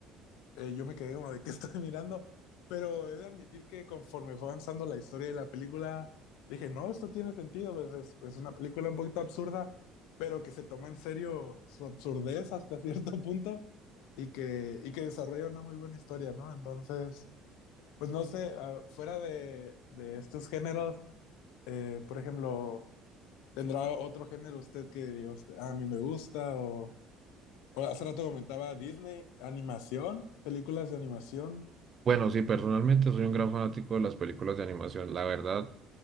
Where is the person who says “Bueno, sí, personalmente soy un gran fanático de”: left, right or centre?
Right